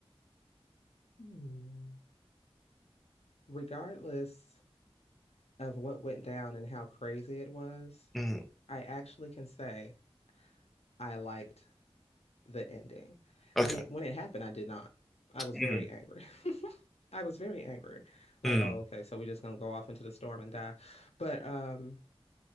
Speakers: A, on the left (about 85°); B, in the centre.
A: Hmm. Regardless of what went down and how crazy it was,
B: Mm,
A: I actually can say I liked the ending.
B: okay.
A: When it when it happened, I did not. I was
B: Mm,
A: very angry. <laughs> I was very angry. Like,
B: mm,
A: oh, okay, so we're just gonna go off into the storm and die. But um